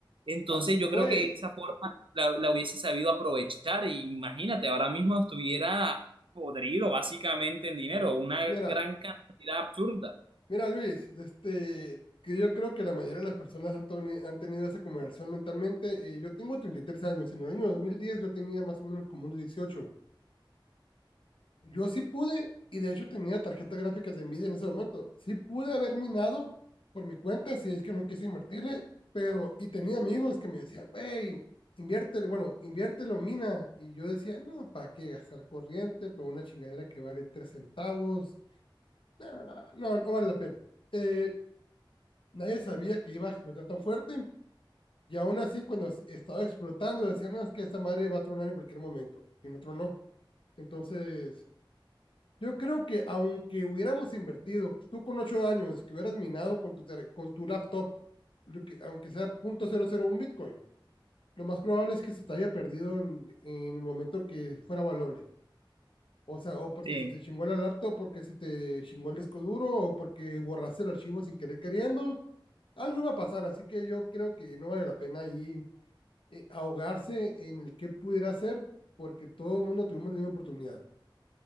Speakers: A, on the right (about 75°); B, on the left (about 75°).
A: Entonces
B: Ah,
A: yo
B: Güey,
A: creo que esa forma la, la hubiese sabido aprovechar. Y imagínate, ahora mismo estuviera podrido básicamente en dinero, una
B: mira,
A: gran cantidad absurda.
B: Mira, Luis, este, que yo creo que la mayoría de las personas han, toni- han tenido esa conversión mentalmente. Eh, yo tengo 33 años, en el año 2010 yo tenía más o menos como unos 18. Yo sí pude, y de hecho tenía tarjetas gráficas de Nvidia en ese momento, sí pude haber minado por mi cuenta si es que no quise invertirle, pero, y tenía amigos que me decían, güey, inviértele, bueno, inviértelo, mina. Y yo decía, no, ¿para qué gastar corriente por una chingadera que vale 3 centavos? No, no, no vale la pena. Eh, Nadie sabía que iba a explotar tan fuerte. Y aún así, cuando estaba explotando, decían, no, es que esta madre va a tronar en cualquier momento. Y en otro no Entonces, yo creo que aunque hubiéramos invertido, tú con ocho años, que hubieras minado con tu, con tu laptop, lo que, aunque sea .001 Bitcoin, lo más probable es que se te haya perdido en, en el momento que fuera valable. O sea, o porque
A: Sí,
B: se te chingó la laptop, porque se te chingó el disco duro, o porque borraste el archivo sin querer queriendo, algo iba a pasar, así que yo creo que no vale la pena ahí eh, ahogarse en el que pudiera ser, porque todo el mundo tuvimos la misma oportunidad.